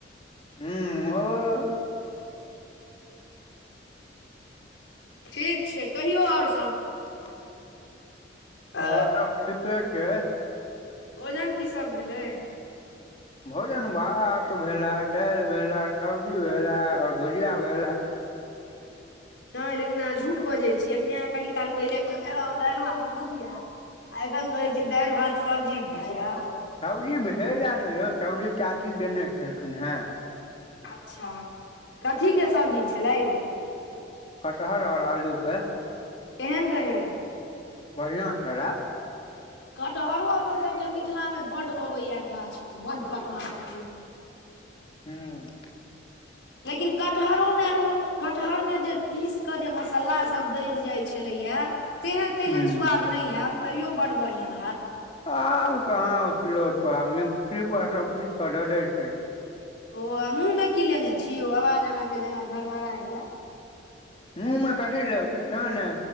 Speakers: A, on the left; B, on the left.
A: हूॅं ओ।
B: ठीक छै कहियौ और सब?
A: <inaudible>
B: आ
A: और सब ठीके छै।
B: भोजन की सब भेलै?
A: भोजन भात भेल ए दालि भेल ए सब्जी भेल ए और भुजिया भेल ए।
B: नै लेकिन अहाँ झूठ बजै छी एखने अहाँ कनि काल पहिले कहने रहौं दाइल भात भुजिया। आ एखन कहै छी दाइल भात सब्जी भुजिया।
A: सब्जी भेल ए नै यौ सब्जी चाची देने छलखिन हें।
B: अच्छा कथी के सब्जी छले यौ?
A: कटहर और आलू के
B: केहेन रहै?
A: बढ़ियां छले।
B: कटहरो अपन सबके मिथिला मे बड्ड अबैये गाछ मे बड्ड कटहर रहै।
A: हूॅं।
B: लेकिन कटहरो मे आब ओ कटहरमे जे पीस कऽ जे मसल्ला सब दैल जाइ छलैये तेह -
A: ह
B: तेहेन स्वाद नै हेए तैयो बड्ड बढ़ियां हेएत।
A: आब कहाँ ओ सिलौट पर आब मिक्सी पर सब पीस क दऽ दै छै।
B: ओ आ मुँह मे की लेने छी यौ आवाज अहाँके जेना घरघराइ ये।
A: मुंह मे कथी लेब किछो नै।